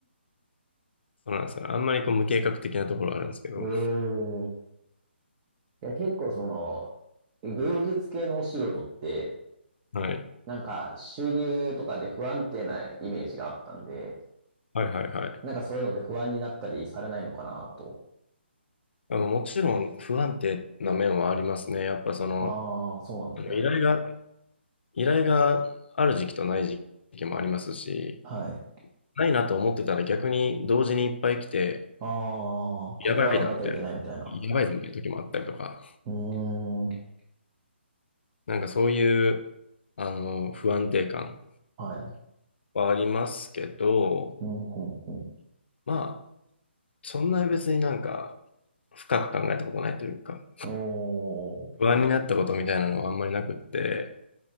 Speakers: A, on the left; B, on the right.
A: そうなんですよね。あんまりこう無計画的なところはあるんですけど。
B: ええ。いや、結構その、芸術系のお仕事って、
A: はい。
B: なんか収入とかで不安定なイメージがあったんで、
A: はいはいはい。
B: なんかそういうので不安になったりされないのかなと。
A: あの、もちろん不安定な面はありますね。やっぱその、
B: ああ、そうなんですね。
A: あの依頼が依頼がある時期とない時期もありますし、
B: はい。
A: ないなと思ってたら逆に同時にいっぱい来て、
B: ああ、
A: やばいなみたいな、
B: 断らなきゃいけないみたいな。
A: やばいぞみたいな時もあったりとか、
B: うーん。
A: なんかそういうあの不安定感
B: はい。
A: はありますけど、
B: うん、うん、
A: まあ、そんなに別になんか深く考えたことないというか、
B: うん。おー。
A: 不安になったことみたいなのはあんまりなくって、